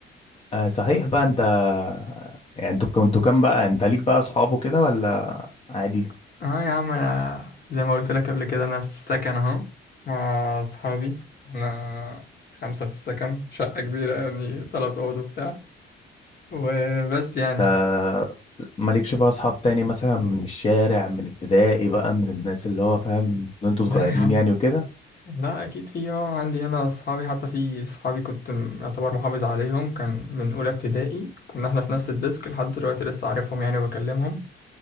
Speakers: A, on the left; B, on the left.
A: آه، صحيح بقى انت آه، يعني انتوا كنتوا كام بقى انت ليك بقى اصحاب وكده ولا عادي
B: اه يا عم انا زي ما قلت لك قبل كده انا في سكن اهو مع اصحابي احنا خمسة في السكن شقة كبيرة يعني تلات اوض وبتاع وبس يعني
A: آه، مالكش بقى اصحاب تاني مثلا من الشارع من ابتدائي بقى من الناس اللي هو فاهم ان انتوا
B: لا
A: صغيرين
B: يا عم
A: يعني وكده
B: لا اكيد في اه عندي هنا اصحابي حتى في اصحابي كنت م- يعتبر محافظ عليهم كان من اولى ابتدائي كنا احنا في نفس الديسك لحد دلوقتي لسه عارفهم يعني وبكلمهم